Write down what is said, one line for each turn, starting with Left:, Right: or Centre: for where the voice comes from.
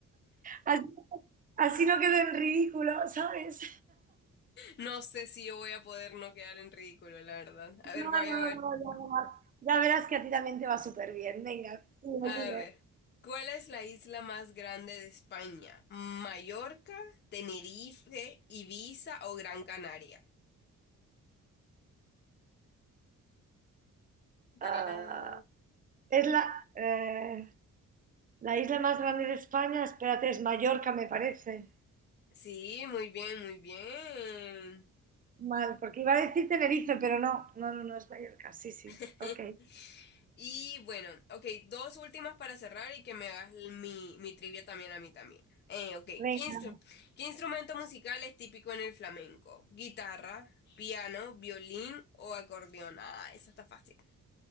Right: Así, así no quedó en ridículo, ¿sabes?
Left: No sé si yo voy a poder no quedar en ridículo, la verdad. A ver,
Right: No,
Left: vaya
Right: no,
Left: a ver.
Right: no, no. verás. Ya verás que a ti también te va súper bien. Venga, sí, Oliver.
Left: A ver. ¿Cuál es la isla más grande de España? ¿Mallorca, Tenerife, Ibiza o Gran Canaria? Tararán.
Right: Ah, es la, eh, la isla más grande de España. Espérate, es Mallorca, me parece.
Left: Sí, muy bien, muy bien.
Right: Mal, porque iba a decir Tenerife, pero no, no, no, no es Mallorca. Sí, sí.
Left: <laughs>
Right: Ok.
Left: Y bueno, ok, dos últimas para cerrar y que me hagas l- mi, mi trivia también a mí también. Eh, ok,
Right: Venga.
Left: ¿qué instru- qué instrumento musical es típico en el flamenco? ¿Guitarra, piano, violín o acordeón? Ah, eso está fácil.